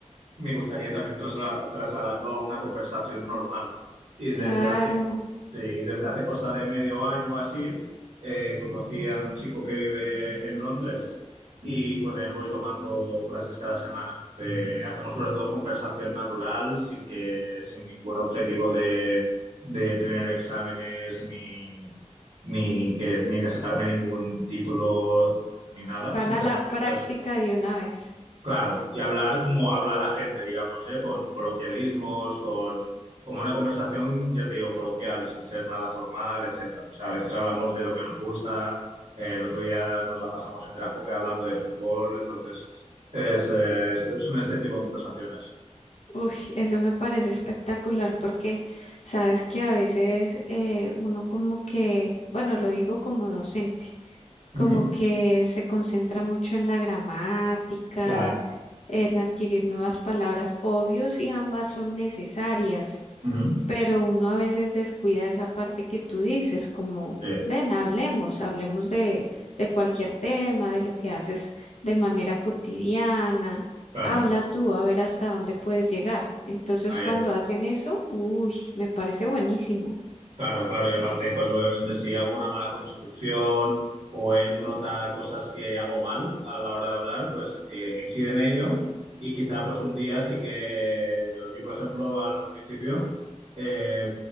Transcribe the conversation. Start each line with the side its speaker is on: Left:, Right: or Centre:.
Right: me gustaría también trasla- trasladarlo a una conversación normal. Y desde
Left: Claro,
Right: hace, sí, desde hace cosa de medio año o así, eh, conocí a un chico que vive en Londres y con él voy tomando clases cada semana. De- hacemos sobre todo conversación natural sin que, sin ningún objetivo de, de tener exámenes ni, ni que, ni de sacarme ningún título ni nada.
Left: van
Right: Simplemente
Left: a la práctica
Right: pues
Left: de una vez.
Right: Claro, y hablar como habla la gente, digamos, ¿eh? Con coloquialismos, con como una conversación, ya te digo, coloquial, sin ser nada formal, etcétera. O sea, a veces hablamos de lo que nos gusta, eh, el otro día nos la pasamos entera ju- hablando de fútbol, entonces es, eh, es- son este tipo de conversaciones.
Left: Uy, eso me parece espectacular porque sabes que a veces eh, uno como que, bueno, lo digo como docente,
Right: Ujú,
Left: como que se concentra mucho en la gramática,
Right: Claro.
Left: en adquirir nuevas palabras, obvio si ambas son necesarias
Right: Ujú.
Left: pero uno a veces descuida esa parte que tú dices, como,
Right: Sí,
Left: ven, hablemos, hablemos de, de cualquier tema, de lo que haces de manera cotidiana,
Right: claro,
Left: habla tú, a ver hasta dónde puedes llegar. Entonces,
Right: ahí
Left: cuando
Right: está.
Left: hacen eso, uy, me parece buenísimo.
Right: Claro, claro, y aparte, pues obviamente si hago una mala construcción o él nota cosas que hago mal a la hora de hablar, pues eh, incide en ello y quizá pues un día sí que yo, por ejemplo, al principio eh,